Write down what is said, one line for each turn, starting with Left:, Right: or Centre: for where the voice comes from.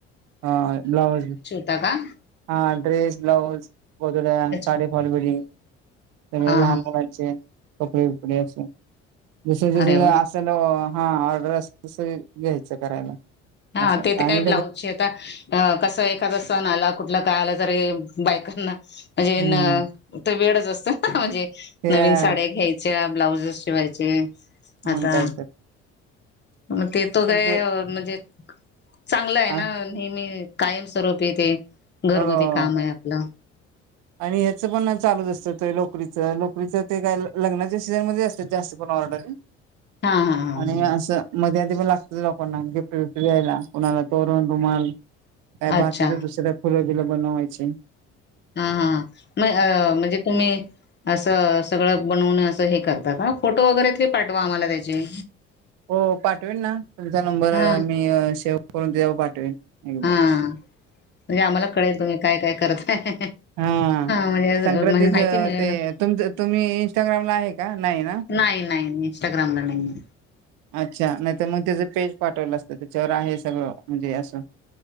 Right: अ- ब्लाऊज,
Left: त, का
Right: हा, ड्रेस ब्लाऊज, गोदाड्या,
Left: अच्छा
Right: साडी फॉल फिटींग, त्या,
Left: हा
Right: लहान
Left: हा
Right: मुलांचे कपडे बिपडे, असे जस- जस
Left: अरे वा
Right: हॅलो! हा ऑर्डर असल तस, घ्यायचं करायला.
Left: हा,
Right: असं
Left: ते तर
Right: आणि
Left: काय, ब्लाऊजचे आता अ, कसं एखादा सण आला, कुठला काय आला तरी, बायकांना
Right: हम्म,
Left: ना, तर, वेडच असतात ना, म्हणजे
Right: ते
Left: नवीन
Right: आहे
Left: साड्या, घ्यायच्या ब्लाउजस शिवायचे,
Right: मग,
Left: आता
Right: काय तर
Left: मग,
Right: प-
Left: ते तो
Right: पण
Left: काय,
Right: ते
Left: म्हणजे चांगलं आहे
Right: आ
Left: ना, नेहमी, कायम स्वरूप येते, घरगुती
Right: हो.
Left: काम आहे आपलं,
Right: आणि ह्याचं पण चालच असतं, लोकरीचं- लोकरीचं ते काय लग्नाच्या सीझनमध्येध्ये असतात, जास्त करून ऑर्डरी,
Left: हां, हां, हां.
Right: आणि म असं, मध्ये, आधी पण लागत, लोकांना गिफ्ट, बीफ्ट द्यायला कुणाला तोरण रुमाल, अ, बाकीच
Left: अच्छा.
Right: दुसर फुल, बिल बनवायचे,
Left: हा, हा म अ म्हणजे तुम्ही, असं सगळं बनवून असं हे करताका, फोटो वगैरेतरी पाठवा, आम्हाला त्याचे,
Right: हो, पाठवेन ना, तुमचा नंबर
Left: हां,
Right: मी सेव्ह करून त्यावर, पाठवेन एकदम,
Left: हां. म्हणजे आम्हाला कळेल, तुम्ही काय -काय करताय,
Right: हा,
Left: म्हणजे
Right: संक्रांतीच
Left: म्हणजे माहिती मिळेल
Right: ते
Left: ना.
Right: तुमच, तुम्ही इंस्टाग्रामला आहे का? नाही ना,
Left: नाही- नाही इनस्टाग्रम ला नाही,
Right: अच्छा नाही तर, मग त्याचं पेज पाठवलं असतं, त्याच्यावर आहे सगळं म्हणजे असं,